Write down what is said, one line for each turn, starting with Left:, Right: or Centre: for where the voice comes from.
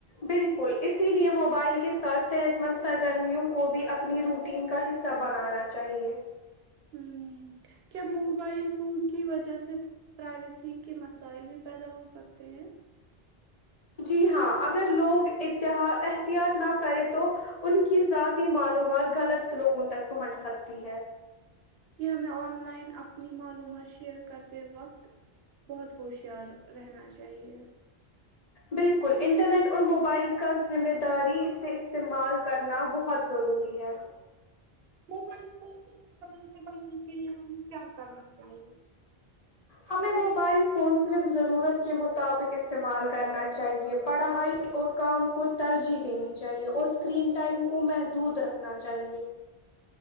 Left: بالکل اس اسی لیے موبائل کے ساتھ صحت مند سرگرمیوں کو بھی اپنی روٹین کا حصہ بنانا چاہیے
Right: ہ کیا موبائل فون کی وجہ سے پرائیویسی کے مسائل بھی پیدا ہو سکتے ہیں
Left: جی ہاں اگر لوگ احتیاط نہ کریں تو ان کی ذاتی معلومات غلط لوگوں تک پہنچ سکتی ہے
Right: یہ ہمیں آن لائن اپنی معلومات شیئر کرتے وقت بہت ہوشیار رہنا چاہیے
Left: بالکل انٹرنیٹ اور موبائل کا ذمہ داری سے استعمال کرنا بہت ضروری ہے
Right: موبائل فون کے ن سمان سے بچنے کے لیے ہمیں کیا کرنا چاہیے
Left: ہمیں موبائل فون صرف ضرورت کے مطابق استعمال کرنا چاہیے پڑھائی اور کام کو ترجیح دینی چاہیے اور اسکرین ٹائم کو محدود رکھنا چاہیے